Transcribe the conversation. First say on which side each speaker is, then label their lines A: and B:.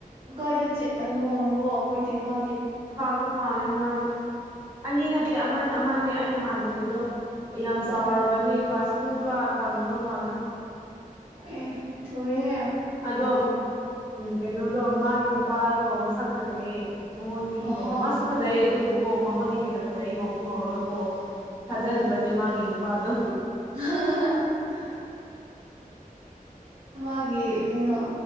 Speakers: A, on the right; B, on the right.
A: ꯀ ꯀꯥꯏꯗ ꯂꯨꯍꯧꯔꯕꯣ ꯃꯣꯏꯗꯤ ꯃ
B: ꯑ ꯃꯥꯜꯂꯦ ꯃꯥꯗꯣ ꯑꯅꯤ ꯅꯠꯇꯦ
A: ꯑꯣ
B: ꯑꯃꯅꯦ ꯑꯩ ꯅꯍꯥꯟ ꯎꯕꯗꯣ ꯌꯥꯝ ꯆꯥꯎꯔꯕꯅꯤ
A: ꯑꯣ
B: ꯀ꯭ꯂꯥꯁ ꯇꯨꯔꯥ ꯇꯝꯗꯧ ꯃꯥꯜꯂꯦ
A: ꯑꯦ ꯊꯣꯏꯍꯦ
B: ꯑꯗꯣ ꯀꯩꯅꯣꯗꯣ ꯃꯥꯒꯤ ꯅꯨꯄꯥꯗꯣ ꯃꯁꯥ ꯐꯖꯩꯌꯦ ꯃꯉꯣꯟꯗꯒꯤ
A: ꯑꯣ
B: ꯍꯦꯟꯅ ꯃꯥꯁꯨ ꯐꯖꯩ ꯑꯗꯨꯕꯨꯀꯣ ꯃꯉꯣꯟꯗꯒꯤ ꯍꯦꯟꯅ ꯐꯖꯩ ꯉꯧꯁꯨ ꯉꯧꯔꯒ ꯀꯣ ꯐꯥꯖꯗꯕꯅꯦ
A: ꯑꯣ
B: ꯃꯥꯒꯤ ꯅꯨꯄꯥꯗꯣ
A: <inaudible> ꯃꯥꯒꯤ ꯀꯩꯅꯣ